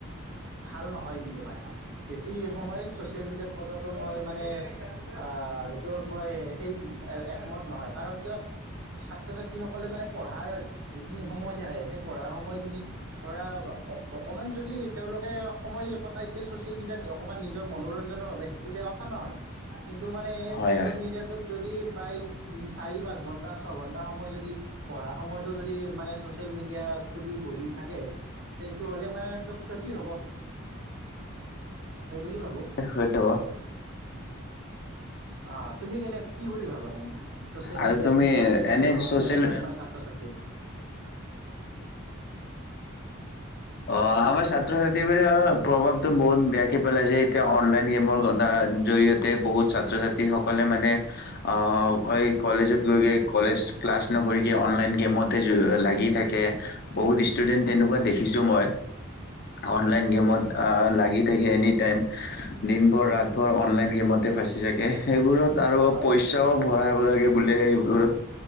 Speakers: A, on the right; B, on the left.
A: ভাল নহয় কিন্তু মানে বেছি সময় চচিয়েল মিডিয়াত কটোৱা মই মানে আহ সেইটো মই সেই একমত নহয় কাৰণ কিয় ছাত্ৰ ছাত্ৰি সকলে মানে পঢ়াৰ যিখিনি সময় থাকে সেই পঢ়াৰ সময়খিনিত ধৰা অকণমান যদি তেওঁলোকে সময় কটাইছে ছচিয়েল মিডিয়াত অকমান নিজৰ মনোৰঞ্জনৰ বাবে সেইটো বেয়া কথা নহয় কিন্ত মানে
B: হয়
A: চচিয়েল
B: হয়
A: মিডিয়াত তোক যদি প্ৰায় তি চাৰি পাঁচ ঘন্টা ছয় ঘন্টা সময় পঢ়া সময়তো যদি মানে চচিয়েল মিডিয়া খুলি বহি থাকে তেনে হলে মানে ক্ষতি হব সেইটো ভাবো
B: সেইটোৱে
A: অ তুমি কেনেকা কি বুলি ভাবা মানে চচিয়েল
B: আৰু
A: মিডিয়াই
B: তুমি
A: কেনেকুৱা কি মানে
B: এনে
A: প্ৰভাৱ
B: ছচিয়েল
A: পেলাইছে আমাৰ ছাত্ৰ ছাত্ৰীৰ
B: অ আমাৰ চাত ছাত্ৰ ছাত্ৰীৰ প্ৰভাৱটো বহুত বেয়াকে পেলাইছে এতিয়া অনলাইন গেমৰ দ্বাৰা জৰিয়তে বহুত ছাত্ৰ ছাত্ৰীসকলে মানে আহ এই কলেজত গৈ গৈ কলেজ ক্লাছ নকৰিকে অনলাইন গেমতে যো লাগি থাকে কে বহুত ইষ্ট ষ্টুডেণ্ট তেনেুৱা দেখ দেখিছোঁ মই
A: হয়
B: অনলাইন গমেত অ লাগি লাগি তাকে এনিটাইম উ উ দিন ভৰ ৰাত ভৰ অনলাইন গেমত এ ফাঁচি থাকে কে সেইবোৰত আৰু
A: হয়
B: পইচাও
A: হয়
B: ভৰাই দিব লাগে বুলে সেইবোৰত